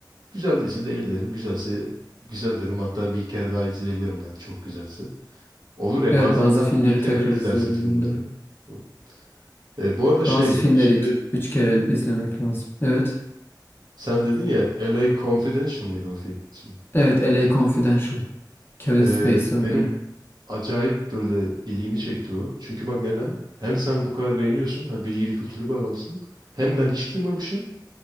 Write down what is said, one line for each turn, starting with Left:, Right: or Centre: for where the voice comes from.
Right: Güzel değilse de ellerim. Güzelse güzel derim. Hatta bir kere daha izleyebilirim yani çok güzelse. Olur ya
Left: Evet
Right: bazen
Left: bazı
Right: harbi
Left: filmleri
Right: bir kere
Left: tekrar
Right: de izlersin
Left: izliyorum
Right: filmleri.
Left: ben de.
Right: Hı. E, bu arada şey
Left: Bazı filmleri
Right: şimdi
Left: iki- üç kere izlemek lazım. Evet.
Right: sen dedin ya LA Confidential mıydı o film ismi?
Left: Evet, LA Confidential. Kevin
Right: E,
Left: Spacey oynuyor.
Right: benim acayip böyle ilgimi çekti o. Çünkü bak neden? Hem sen bu kadar beğeniyorsun. Hani bilgili kültürlü bir adamsın. Hem ben hiç duymamışım.